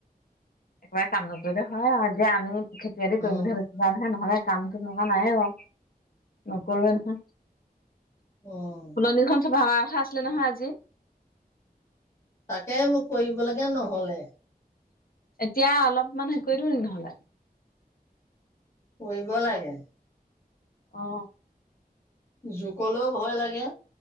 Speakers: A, on the left; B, on the left.
A: একেবাৰে কাম নকৰিলে হয় আৰু এতিয়া আমি খেতি-বাতি কৰিম
B: উম
A: বুলি ভাবিছোঁ। যামহে নহ'লে কামটো তেনেকুৱা নাইয়ে বাৰু, নকৰোৱেই নহয়।
B: অ'।
A: ফুলনিখন চাফা কৰা কথা আছিলে নহয় আজি।
B: তাকে মোৰ কৰিবলেকে নহ'লে।
A: এতিয়া অলপ মান হেৰি কৰি দিওঁ নেকি নহ'লে।
B: কৰিব লাগে।
A: অ'।
B: জোকলেও ভয় লাগে